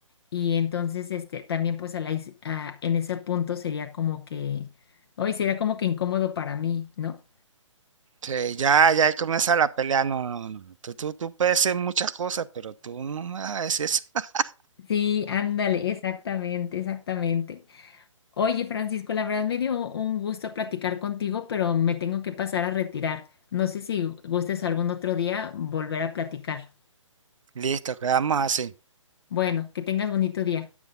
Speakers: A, on the left (about 50°); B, on the right (about 75°).
A: Y entonces, este, también pues a la, is- a- en ese punto sería como que, hoy sería como que incómodo para mí, ¿no?
B: Sí, ya, ya ahí comienza la pelea. No, no, no. no, Tú, tú, tú puedes ser muchas cosas, pero tú no me vas a decir eso. <laughs>
A: Sí, ándale, exactamente, exactamente. Oye, Francisco, la verdad me dio un gusto platicar contigo, pero me tengo que pasar a retirar. No sé si gustes algún otro día volver a platicar.
B: Listo, quedamos así.
A: Bueno, que tengas bonito día.